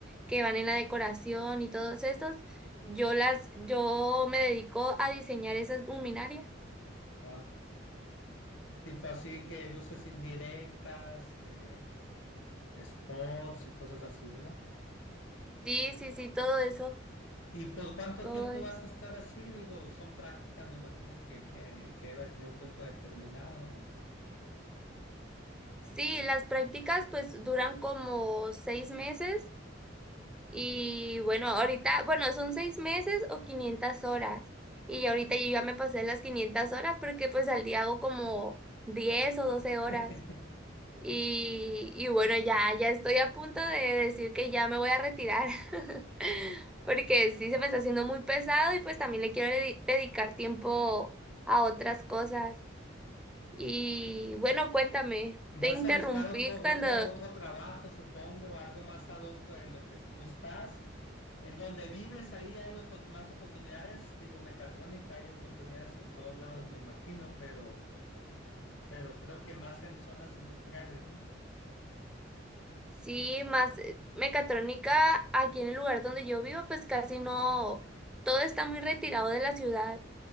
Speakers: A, in the centre; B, on the left.
A: que van en la decoración y todos estos, yo las, yo me dedico a diseñar esas luminarias.
B: Wao. Tipo así que luces indirectas, eh, spots y cosas así, ¿verdad?
A: Sí, sí, sí, todo eso,
B: ¿Y por cuánto
A: todo
B: tiempo
A: eso.
B: vas a estar así? Digo, son prácticas, me imagino que, que, que debe tener un tiempo determinado.
A: Sí, las prácticas pues duran como seis meses y bueno, ahorita, bueno, son seis meses o 500 horas. Y
B: Ok.
A: ya ahorita yo ya me pasé las 500 horas porque pues al día hago como 10 o 12
B: <laughs>
A: horas. Y, y bueno, ya, ya estoy a punto de decir que ya me voy a retirar, <laughs> porque sí se me está haciendo muy pesado y pues también le quiero dedi- dedicar tiempo a otras cosas. Y bueno, cuéntame,
B: Vas
A: te interrumpí
B: a buscar otro,
A: cuando
B: otro, otro trabajo, supongo, algo más ad hoc en lo que tú estás. En donde vives, ahí hay opor- más oportunidades. Digo, mecatrónica, hay oportunidades en todos lados, me imagino, pero, pero creo que más en zonas industriales, ¿no?
A: sí, más eh, mecatrónica aquí en el lugar donde yo vivo, pues casi no, todo está muy retirado de la ciudad.